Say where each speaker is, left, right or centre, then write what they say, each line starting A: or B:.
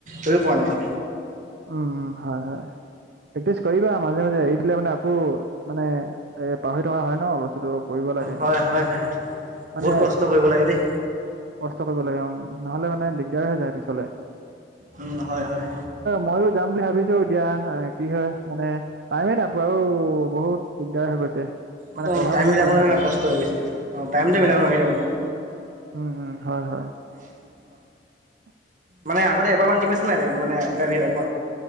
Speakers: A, on the right; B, on the right.
A: কৰিব পৰা নাই।
B: উম হয় হয়। প্ৰেক্টিচ কৰিবা মাজে মাজে এৰি দিলে মানে আকৌ মানে এ পাহৰি থকা হয় ন বস্তুতটো। কৰিব লাগে
A: হয় হয়
B: মানে
A: বহুত কষ্ট কৰিব লাগে দেই
B: কষ্ট কৰিব লাগে। নহলে মানে দিগদাৰ হৈ যায়। পিছলে।
A: উম হয় হয়।
B: মইয়ো যাম বুলি ভাবিছো, এতিয়া কি হয় মানে টাইমেই নাপাও অও। বহুত দিগদাৰ হৈ গৈছে। মানে
A: একদম
B: কভাৰ
A: টাইম
B: কৰিবই
A: মিলাব
B: পোৱা
A: নোৱাৰানে
B: নাই টাইম
A: কষ্ট হৈ গৈছে, অঁ টাইমটো
B: উম
A: মিলাব নোৱাৰি তাৰমানে।
B: উম উম হয় হয়।
A: অহ
B: <inaudible>
A: মানে আগতে এবাৰমান দি পাইচা নাই মানে ইণ্টাৰভিউ আৰ?